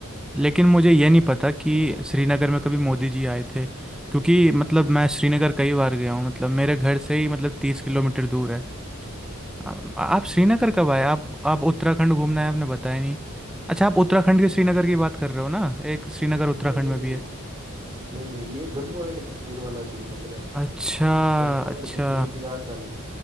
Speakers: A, in the centre; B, on the right.
A: लेकिन मुझे ये नहीं पता कि श्रीनगर में कभी मोदी जी आए थे क्योंकि मतलब मैं श्रीनगर कई बार गया हूँ मतलब मेरे घर से ही मतलब तीस किलोमीटर दूर है आ- आप श्रीनगर
B: नहीं नहीं नहीं
A: कब आए
B: वो
A: आप आप उत्तराखंड घूमना है आपने बताया नहीं अच्छा आप उत्तराखंड के श्रीनगर की बात कर रहे हो ना एक श्रीनगर उत्तराखंड
B: नहीं नहीं
A: में
B: नहीं
A: भी है
B: नहीं नहीं ये जम्मू एंड कश्मीर वाला श्रीनगर है
A: अच्छा
B: जम्मू
A: अच्छा
B: एंड कश्मीर की राजधानी